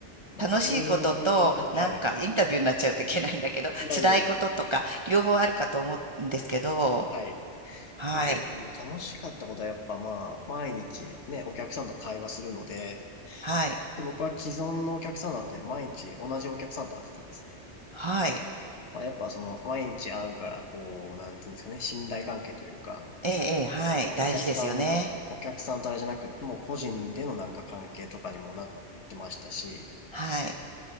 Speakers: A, on the left (about 75°); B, on the right (about 40°).
A: まあ、
B: 楽しいことと、
A: やっぱ営業、はい。
B: なんかインタビューになっちゃうといけないんだけど、
A: いやいやいやいや。
B: 辛いこととか、両方あるかと思うんですけど、
A: はい。
B: はい。
A: えー、まあ、楽しかったことはやっぱまあ、毎日ね、お客さんと会話するので、
B: はい。
A: で、僕は既存のお客さんだって毎日同じお客さんと会ってたんですね。
B: はい。
A: まあ、やっぱその、毎日会うから、こう、なんていうんですかね、信頼関係というか、
B: ええ、ええはい。
A: まあ、
B: 大事ですよね。
A: お客さん、お客さんとあれじゃなくて、もう個人でのなんか関係とかにもなってましたし、
B: はい。